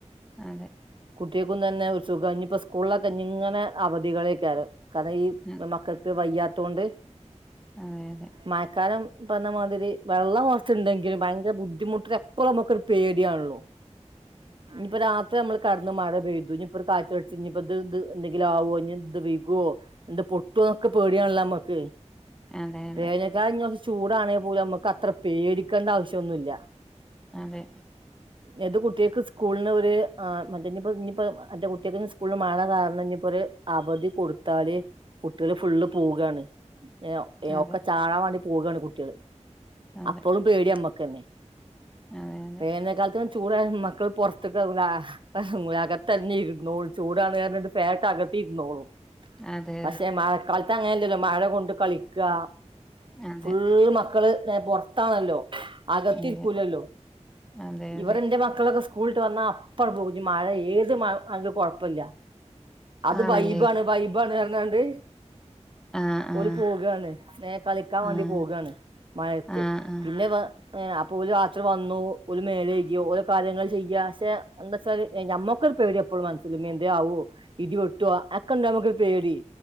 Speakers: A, in the centre; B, on the right.
A: അതെ
B: കുട്ടിക്കും തന്നെ സുഖം <unintelligible> സ്കുൾ ഇഞ് അവധികൾ <unintelligible> <unintelligible> ഈ
A: അതെ
B: മക്കൾക്ക് വയ്യാ അത് കൊണ്ട്
A: അതെ അതെ
B: മഴക്കാലം ഇ പറഞമാതിരി വെള്ളം കുറച്ചുണ്ടെങ്കിലും ഭയങ്കര ബുദ്ധിമുട്ടിന് എപ്പഴുനമുക്കൊ ഒരു പേടിയാണല്ലോ ഇപ്പൊ രാ ഇ നമ്മൾ കടന്ന് മഴ പെയ്തു ഇനിപ്പോകാറ്റ് അടിച്ച് ഇഞ്ഞ് ഇപ്പോ ഇത്എന്തെങ്കിലും ആവോ ഇത് വികുവോ എന്ത പൊട്ടുവോന്നൊക്കെ പേടിയാണല്ലോ നമുക്ക്
A: അതെ അതെ
B: വേനൽ കാല ഇ- ചൂടാണെങ്കിൽ പോലും നമ്മുക്ക് അത്ര പേടിക്കേണ്ട ആവശ്യ ഒന്നുല്ല
A: അതെ
B: എത് കുട്ട കുട്ടികക്ക് സ്കൂളിന് ഒരു ആ മറ്റേ ഇനിയിപ്പോ ഇനിയിപ്പോ എന്റെ കുട്ടിയക്ക് സ്കൂളിൽ മഴ കാരണം ഇനിയിപ്പോ ഒരു അവധി കൊടുത്താലെ കുട്ടികള് ഫുള്ള് പോകാണ് ഏ
A: അതെ
B: ഒക്ക ചാള വണി പോകയാണ് കുട്ടികള്
A: അതെ
B: അപ്പോളും പേടി അമ്മക്കന്നെ
A: അതെ
B: വേനൽകാലത്ത് ചൂടെ മക്കൾ പുറത്തേക്കല <unintelligible> ആഹ് അകത്തന്നെ ഇരുന്നോളൂ ചൂടാണ് കാരണിട്ട് ഫാനിട്ട് അകത്തി ഇരുന്നോളു
A: അതെ
B: പക്ഷെ മഴ കലത്തങ്ങ മഴ കൊണ്ട് കളിക്കുക
A: അതെ
B: ഫുള്ള്
A: അതെ
B: മക്കള് പുറത്താണല്ലോ അകത്തിരിക്കൂലല്ലോ
A: അതെ അതെ അതെ
B: ഇവർ എന്റെ മക്കളൊക്കെ സ്കൂ സ്കൂളിട്ട് വന്നാ അപ്പഴ പോക മഴ ഏത് അ കുഴപ്പില്ല അത്
A: ആണല്ലേ
B: വൈബാണ് വൈബാണ് പറഞ്ഞോണ്ട്
A: ആഹ് ആഹ്
B: ഓര് പോവകയാണ് നേ കളിക്കാൻ
A: ആഹ്
B: വേണ്ടി പോകയാണ് മഴത്ത്
A: ആഹ് ആഹ്
B: പിന്നെ വ ഏ അപ്പോരു രാത്രി വന്നു ഒരു മേലക്കയോ ഓരോ കാര്യങ്ങൾ ചെയ്യാ <unintelligible> എന്തെസാല് ഏ ഞമ്മക് ഒരു പേടി എപ്പോഴും മനസില് ഇനി എന്തേലും ആവോ ഇടിവെട്ടുവോ അക്കെണ്ട്മ്മക്കോരു പേടി